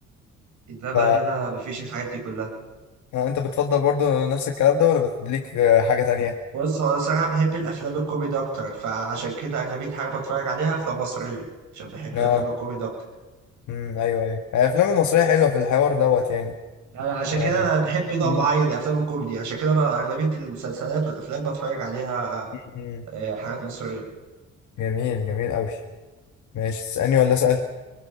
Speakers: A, on the right; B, on the left.
A: انما
B: ف
A: هنا مفيش الحاجات دي كلها
B: آه، انت بتفضل برضو نفس الكلام ده ولا بت- ليك آه، حاجه تانية
A: بص هو انا صراحه بحب الافلام الكوميدي اكتر فعشان كده اغلبيه حاجه بتفرج عليها افلام مصريه عشان بحب
B: اه
A: الافلام الكوميدي اكتر
B: امم ايوه ايوه هي الافلام المصريه حلوه في الحوار دوت يعني
A: يعني عشان كده
B: آه،
A: انا بحب نوع
B: مم،
A: معين من الافلام الكوميدي عشان كده بقى اغلبيه المسلسلات والافلام بتفرج عليها
B: مم، مم.
A: آه، حاجات مصريه
B: جميل جميل قوي ماشي تسالني ولا اسال